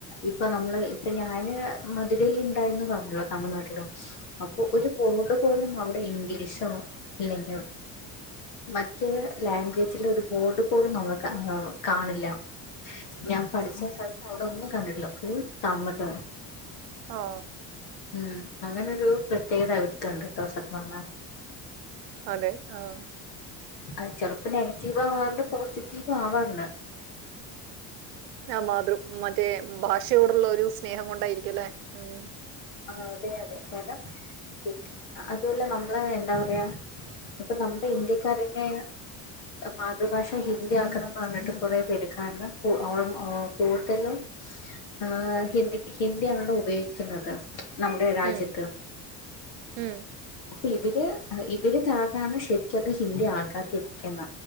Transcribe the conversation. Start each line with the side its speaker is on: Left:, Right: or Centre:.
Left: ഇപ്പൊ നമ്മള് ഇപ്പൊ ഞാന് മധുരയിൽ ഉണ്ടായിന്ന് പറഞ്ഞല്ലോ തമിഴ്നാട്ടിൽ അപ്പൊ ഒരു ബോർഡ് പോലും അവിടെ ഇംഗ്ലീഷോ അല്ലെങ്കോ മറ്റേ ലോഗ്വേജില് ഒരു ബോർഡ് പോലും നമ്മൾ കാ കാണില്ല ഞാൻ പഠിച്ച സ്ഥലത്ത് അവിടെ ഒന്നും കണ്ടിട്ടില്ല ഫുൾ തമിഴ്
Right: ആഹ്
Left: ഉം അങ്ങനൊരു പ്രത്യേകത അവർക്കുണ്ട് കേട്ടോ സത്യം പറഞ്ഞാൽ
Right: അതെ ആഹ്
Left: അത് ചെലപ്പോ നെഗറ്റീവ് ആവാറുണ്ട് പോസിറ്റീവ് ആവാറുണ്ട്
Right: ആഹ് മാതൃ മറ്റേ ഭാഷയോടുള്ള ഒരു സ്നേഹം കൊണ്ടായിരിക്കും അല്ലേ ഉം
Left: ആഹ് അതെ അതെ കാരണം പിന്നെ അതുപോലെ നമ്മള് എന്താ പറയാ ഇപ്പൊ നമ്മുടെ ഇന്ത്യക്കാരെന്നെ മാതൃഭാഷ ഹിന്ദി ആക്കണം പറഞ്ഞിട്ട് കുറെ പേര് കാരണം കൂ ഓൾമോ കൂടുതലും ആഹ് ഹിന്ദിക്ക് ഹിന്ദി ആണല്ലോ ഉപയോഗിക്കുന്നത് നമ്മുടെ രാജ്യത്ത്
Right: ഉം ഉം
Left: അപ്പൊ ഇവര് ഇവര് കാരണാണ് ശരിക്കത് ഹിന്ദി ആക്കാതിരിക്കുന്ന.